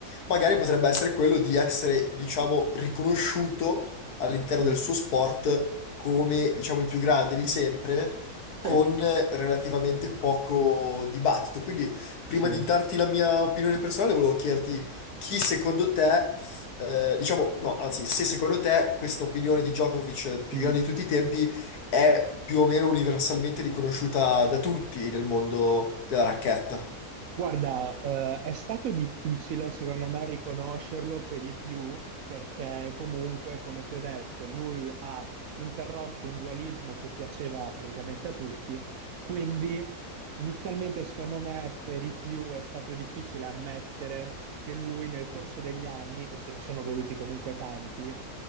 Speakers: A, on the left; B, on the right.
A: magari potrebbe essere quello di essere, diciamo, riconosciuto all'interno
B: Mm,
A: del suo sport come, diciamo, il più grande di sempre, con
B: Sì,
A: relativamente poco dibattito. Quindi, prima
B: sì.
A: di darti la mia opinione personale, volevo chiederti chi secondo te eh, diciamo, no, anzi, se secondo te questa opinione di Djokovic, eh, più
B: Mm.
A: grande di tutti i tempi, è più o meno universalmente riconosciuta da tutti nel mondo della racchetta.
B: Guarda, eh, è stato difficile secondo me riconoscerlo per i più, perché comunque, come ti ho detto, lui ha interrotto un dualismo che piaceva praticamente a tutti, quindi inizialmente secondo me per i più è stato difficile ammettere che lui nel corso degli anni, e ce ne sono voluti comunque tanti,